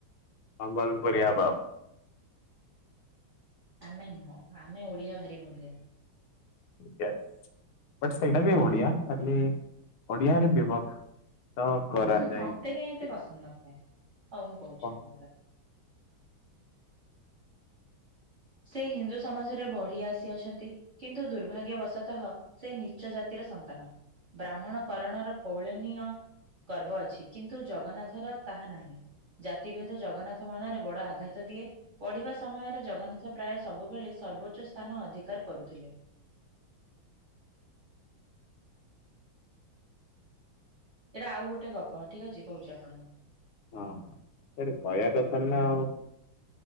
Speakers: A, on the left; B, on the right.
A: ସମ୍ବଲପୁରୀ ଆ ବାବୁ
B: ଆମେ ନୁହଁ ଆମେ ଓଡ଼ିଆ ଭାରି ବଢ଼ିଆ।
A: ୟେଶ୍। ବଟ୍ ସେଇଟା ବି ଓଡିଆ ଖାଲି ଓଡିଆରେ ବିଭକ୍ତ କରାଯାଇଛି
B: ହୁଁ ମତେ କାହିଁ ଏତେ ପସନ୍ଦ ନଥାଏ ହଉ ମୁଁ କହୁଛି
A: କଣ
B: ଆପଣଙ୍କର ସେ ହିନ୍ଦୁ ସମାଜରେ ବଢି ଆସି ଅଛନ୍ତି କିନ୍ତୁ ଦୁର୍ଭାଗ୍ୟବଶତଃ ସେ ନିଚ ଜାତିର ସନ୍ତାନ। ବ୍ରାହ୍ମଣ କରଣର କୌଳନୀୟ। ଗର୍ବ ଅଛି କିନ୍ତୁ ଜଗନ୍ନାଥ ର ତାହା ନାହିଁ। ଜାତିଭେଦ ଜଗନ୍ନାଥ ମନରେ ବଡ ଆଘାତ ଦିଏ ପଢିବା ସମୟରେ ଜଗନ୍ନାଥ ପ୍ରାୟ ସବୁବେଳେ ସର୍ବୋଚ୍ଚ ସ୍ଥାନ ଅଧିକାର କରୁଥିଲେ। ଏଇଟା ଆଉ ଗୋଟେ ଗପ ଠିକ ଅଛି କହୁଛି ଆପଣଙ୍କୁ
A: ହଁ ସେଇଠି କହିବା କଥା ନା ଆଉ